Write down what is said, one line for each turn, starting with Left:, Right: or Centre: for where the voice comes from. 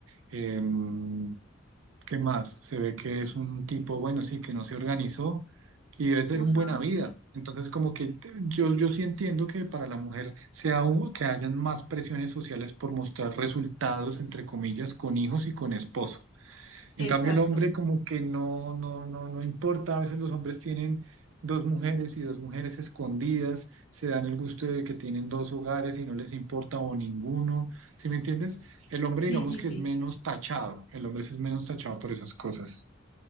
Right: em, ¿qué más? Se ve que es un tipo, bueno, sí, que no se organizó y debe ser
Left: Ajá,
Right: un buena vida.
Left: sí.
Right: Entonces, como que te- yo, yo sí entiendo que para la mujer sea un- que hayan más presiones sociales por mostrar resultados, entre comillas, con hijos y con esposo. En
Left: Exacto.
Right: cambio, el hombre como que no, no, no, no importa. A veces los hombres tienen dos mujeres y dos mujeres escondidas, se dan el gusto de que tienen dos hogares y no les importa o ninguno. ¿Sí me entiendes? El hombre
Left: Sí,
Right: digamos
Left: sí,
Right: que
Left: sí.
Right: es menos tachado. El hombre sí es menos tachado por esas cosas.